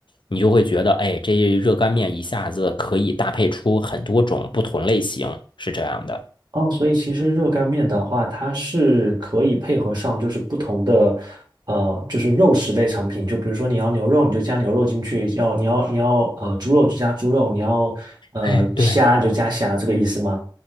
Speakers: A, on the left; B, on the right.
A: 你就会觉得，哎，这热干面一下子可以搭配出很多种不同类型，是这样的。
B: 哦，所以其实热干面的话，它是可以配合上就是不同的，呃，就是肉食类产品。就比如说你要牛肉，你就加牛肉进去；要你要你要呃猪肉就加猪肉，你要呃虾你就加虾，
A: 哎，对
B: 这个意思吗？